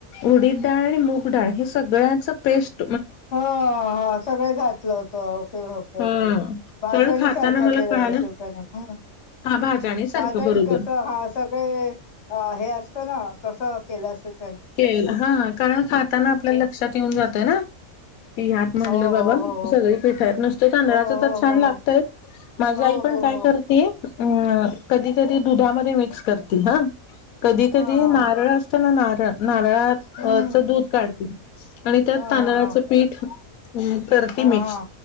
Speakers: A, on the left; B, on the left.
A: उडीद ऽऽ ाळ आणि मुगडाळ हे सगळ्यांचं पेस्टऽऽ
B: हा, हा, सगळं घातलं होत, ओके, ओके,
A: हा
B: ओके बाजणी
A: कारण खाताना
B: सारखं
A: मला
B: केलेलं
A: कळालं
B: असं त्याने,, ह,
A: हा भाजणी सारखं
B: बाजणी
A: बरोबर
B: कस हा असाऽ े हे असत ना,, तस केलं असऽऽ
A: के हा कारण खाताना आपल्याला लक्षात येऊन जातय ना. ह्यात म्हणलं
B: हो
A: बाबा
B: हो हो
A: सगळे पिठ आहेत, नुसते तांदळाच
B: हो
A: तर छान
B: हो
A: लागतयऽऽ
B: हो
A: माझी
B: हो
A: आई पण
B: हो हो
A: काय
B: हो हो
A: करते,, अ,, कधी, कधी दुधामध्ये मिक्स करते हाऽऽ कधी कधी
B: हा हा हा
A: नारळ असतो नां नारळ नारळ
B: हम्म
A: च दूध काढती- आणि त्यात
B: हा
A: तांदळाचं
B: हा
A: पीठ- हुं करती
B: हा
A: मिक्स
B: हा